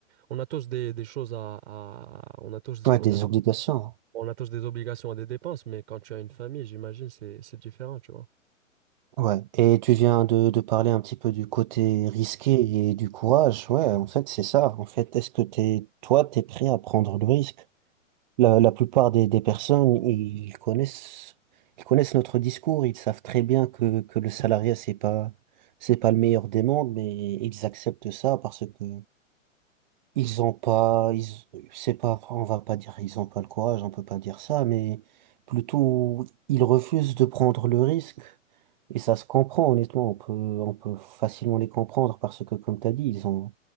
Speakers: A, on the right; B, on the right.
A: on a tous des, des choses à, à- on a tous,
B: Ouais,
A: on
B: des
A: a tous-
B: obligations. hein.
A: On a tous des obligations et des dépenses, mais quand tu as une famille, j'imagine, c'est c'est différent, tu vois.
B: Ouais. Et tu viens de, de parler un petit peu du côté risqué et du courage. Ouais, en fait, c'est ça. En fait, est-ce que t'es, toi, t'es prêt à prendre le risque? La, la plupart des, des personnes, ils connaissent, ils connaissent notre discours, ils savent très bien que, que le salariat, c'est pas, c'est pas le meilleur des mondes, mais ils acceptent ça parce que ils ont pas, ils, c'est pas, on va pas dire ils ont pas le courage, on peut pas dire ça, mais plutôt ils refusent de prendre le risque. Et ça se comprend, honnêtement, on peut, on peut facilement les comprendre parce que, comme t'as dit, ils ont,